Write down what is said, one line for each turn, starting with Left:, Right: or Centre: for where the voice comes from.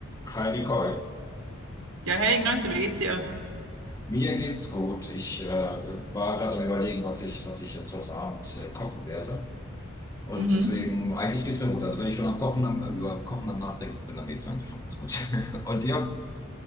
Left: Hi Nicole,
Right: Ja, hey, Ignacio, wie geht's dir?
Left: mir geht's gut. Ich äh, war gerade am Überlegen, was ich, was ich jetzt heute Abend äh, kochen werde. Und
Right: Mhm.
Left: deswegen, eigentlich geht's mir gut. Also wenn ich schon am Kochen, am, am- über Kochen am Nachdenken bin, dann geht's mir eigentlich schon ganz gut. <laughs> Und dir?